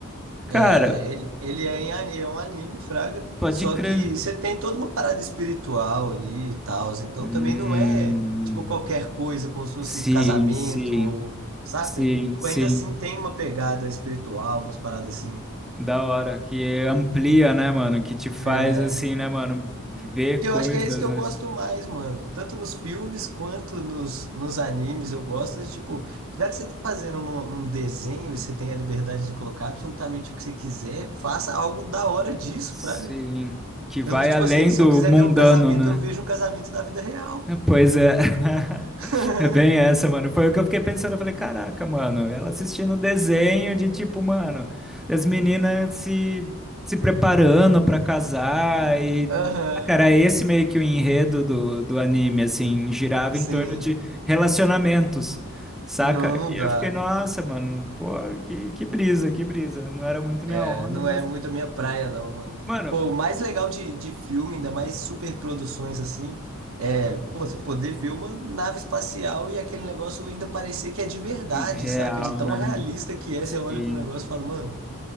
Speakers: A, in the centre; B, on the right.
A: Cara,
B: É, ele, ele é, em, a- é um anime, Fraga,
A: pode
B: só
A: crer.
B: que você tem toda uma parada espiritual ali e tal, então
A: Hum,
B: também não é, tipo, qualquer coisa, como se fosse
A: sim,
B: casamento,
A: sim,
B: ou, saca?
A: sim,
B: Tipo,
A: sim.
B: ainda assim tem uma pegada espiritual, umas paradas assim.
A: Da hora, que amplia, né, mano? Que te faz
B: É,
A: assim, né, mano? Ver
B: que
A: coisas,
B: eu acho que é isso que eu
A: né?
B: gosto mais, mano, tanto nos filmes quanto nos, nos animes, eu gosto de, tipo, já que você tá fazendo um, um desenho e você tem a liberdade de colocar absolutamente o que você quiser, faça algo da hora disso,
A: Sim,
B: Fraga.
A: que vai
B: Eu não- tipo
A: além
B: assim, se
A: do
B: eu quiser
A: mundano,
B: ver um casamento,
A: né?
B: eu vejo um casamento da vida real.
A: É, Pois é. <laughs>
B: <laughs>
A: É bem essa, mano. Foi o que eu fiquei pensando. Eu falei, caraca, mano, ela assistindo desenho de tipo, mano, das meninas se, se preparando pra casar e.
B: Aham,
A: Ah, cara, é esse meio que o enredo do, do anime, assim, girava
B: sim.
A: em torno de relacionamentos, saca?
B: Não, não
A: E
B: dá.
A: eu fiquei, nossa, mano, pô, que, que brisa, que brisa. Não era muito
B: É,
A: minha onda,
B: não
A: mas.
B: é muito a minha praia, não, mano.
A: Mano,
B: Pô, o mais legal de, de filme, ainda mais super produções assim, é, pô, você poder ver uma nave espacial e aquele negócio ainda parecer que é de verdade,
A: real,
B: saca? De tão
A: né?
B: realista que é, você olha
A: Sim.
B: pro negócio e fala, mano,